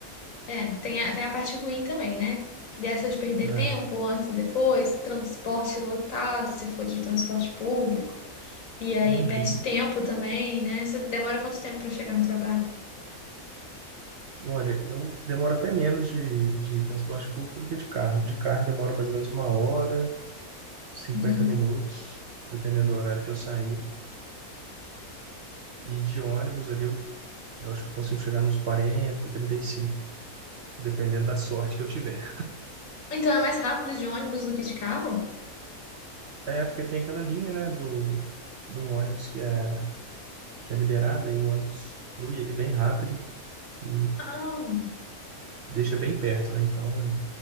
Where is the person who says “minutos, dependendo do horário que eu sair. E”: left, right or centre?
Right